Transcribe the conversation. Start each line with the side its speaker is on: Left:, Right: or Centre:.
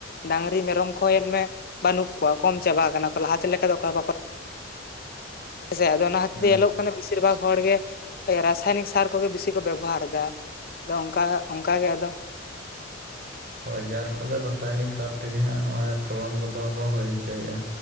Left: ᱰᱟᱝᱨᱤ ᱢᱮᱨᱚᱢ ᱠᱚ ᱧᱮᱞ ᱢᱮ ᱵᱟᱱᱩᱜ ᱠᱚᱣᱟ ᱠᱚᱢ ᱪᱟᱵᱟ ᱠᱟᱱᱟ ᱠᱚ, ᱞᱟᱦᱟᱛᱮ ᱞᱮᱠᱟ ᱫᱚ ᱚᱠᱚᱭ ᱦᱚᱸ ᱵᱟᱠᱚ ᱦᱮᱥᱮ ᱟᱫᱚ ᱚᱱᱟ ᱦᱚᱛᱮᱡ
Right: ᱦᱮᱸ
Left: ᱛᱮ ᱧᱮᱞᱚᱜ ᱠᱟᱱᱟ ᱵᱮᱥᱤᱨ ᱵᱷᱟᱜ ᱦᱚᱲᱜᱮ ᱨᱟᱥᱟᱭᱱᱤᱠ ᱥᱟᱨ ᱠᱚᱜᱮ ᱵᱤᱥᱤ ᱠᱚ ᱵᱮᱵᱚᱦᱟᱨ ᱫᱟ᱾ ᱟᱫᱚ ᱚᱝᱠᱟ, ᱚᱝᱠᱟ ᱜᱮ ᱟᱫᱚ᱾
Right: ᱦᱳᱭ ᱡᱟᱨ ᱯᱷᱚᱞᱮ ᱨᱟᱥᱟᱭᱱᱤᱠ ᱥᱟᱨ ᱛᱮᱜᱮ ᱦᱟᱸᱜ ᱱᱚᱜ-ᱚᱭ ᱯᱷᱚᱞᱚᱱ ᱠᱚᱫᱚ ᱠᱚ ᱦᱳᱭ ᱦᱚᱪᱚᱭᱮᱜ-ᱟ᱾